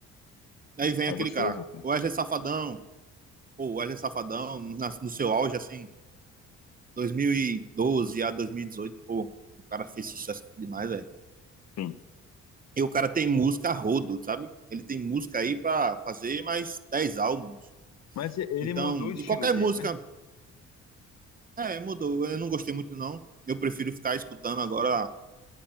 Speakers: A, on the right; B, on the left.
A: Aí vem
B: Ah,
A: aquele
B: é gostoso
A: cara,
B: até.
A: o Wesley Safadão, pô, o Wesley Safadão, na- no seu auge, assim, 2012 a 2018, pô, o cara fez sucesso demais, velho.
B: Sim.
A: E o cara tem música a rodo, sabe? Ele tem música aí pra fazer mais 10 álbuns.
B: Mas e- ele
A: Então,
B: mudou o estilo
A: e qualquer
B: dele,
A: música,
B: né?
A: é, mudou. Eu não gostei muito, não. Eu prefiro ficar escutando agora